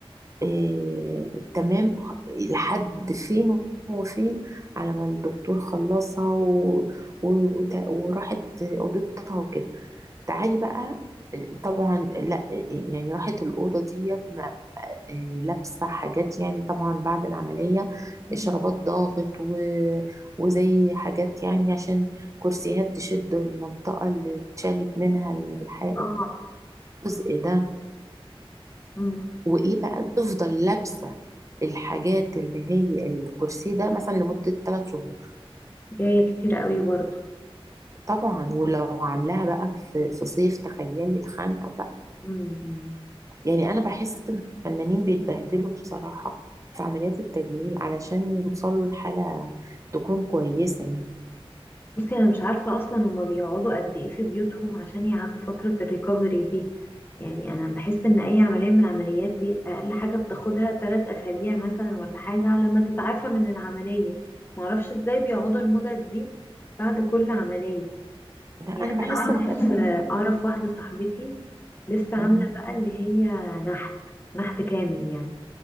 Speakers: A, on the right; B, on the left.
A: آه تمام لحد فين وفين على ما الدكتور خلصها و... و... وت... وراحت أوضتها وكده تعالي بقى آه، طبعا لا آه، يعني راحت الأوضة ديت آه، لابسة حاجات يعني طبعا بعد العملية
B: أمم،
A: شرابات ضاغط و... وزي حاجات يعني عشان كرسيات تشد المنطقة اللي اتشالت منها الح...
B: اه اه
A: الجزء ده
B: أمم.
A: وإيه بقى تفضل لابسة الحاجات اللي هي الكرسي ده مثلا لمدة ثلاث شهور
B: ياه كتير قوي برضه
A: طبعا ولو عاملاها بقى في في صيف تخيلي الخنقة بقى
B: أمم. إمم.
A: يعني انا بحس ان الفنانين بيتبهدلوا بصراحة في عمليات التجميل علشان يوصلوا لحالة تكون كويسة يعني
B: بصي انا مش عارفه اصلا هما بيقعدوا قد ايه في بيوتهم عشان يعدوا فتره الريكفري دي يعني انا بحس ان اي عمليه من العمليات دي اقل حاجه بتاخدها ثلاث اسابيع مثلا ولا حاجه على ما تتعافى من العمليه معرفش ازاي بيقعدوا المدد دي بعد كل عمليه
A: لا انا
B: يعني
A: بحس
B: انا اعرف
A: ان
B: <laughs> اعرف واحده صاحبتي لسه
A: مم.
B: عامله بقى اللي هي نحت نحت كامل يعني